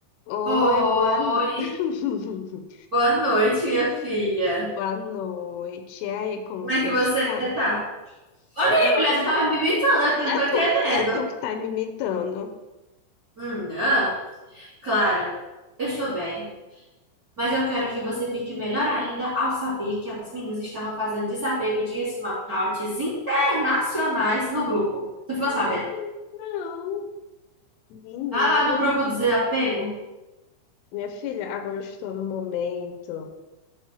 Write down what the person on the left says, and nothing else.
Oi,
boa, no- <laughs>
boa noite. E aí, como
você
está?
É,
é
tu, que- é tu que tá me imitando.
Ai,
não. Menina,
minha filha, agora eu estou no momento